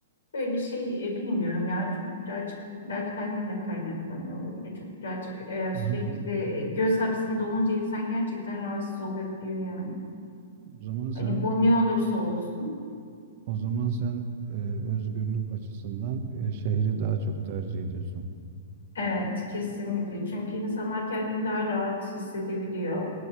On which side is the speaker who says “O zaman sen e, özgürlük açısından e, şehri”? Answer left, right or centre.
Right